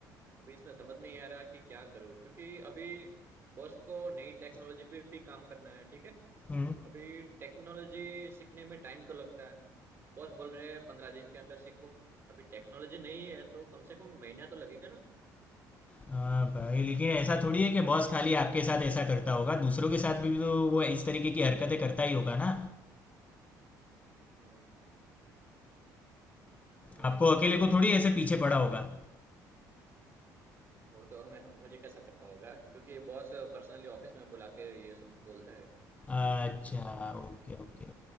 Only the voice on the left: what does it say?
हम्म
हाँ भाई लेकिन ऐसा थोड़ी है कि बॉस खाली
आपके साथ ऐसा करता होगा दूसरों के साथ भी तो वो इस तरीके की हरकतें करता ही होगा ना
आपको
अकेले
को थोड़ी ऐसे पीछे पड़ा होगा
अच्छा ओके
ओके